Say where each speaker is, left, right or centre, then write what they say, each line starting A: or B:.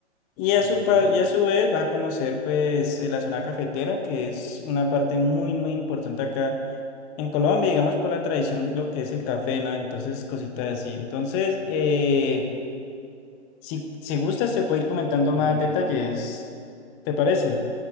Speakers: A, on the left; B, on the right.
A: y
B: Muy
A: a su,
B: bien,
A: pa- y a su vez vas a conocer pues eh, la zona cafetera, que es una parte muy, muy importante acá. En Colombia, digamos por la tradición, lo que es el café, ¿no? Entonces, cositas así. Entonces, eh, si, si gustas, te puedo ir comentando
B: muy
A: más
B: bien.
A: detalles. ¿Te parece?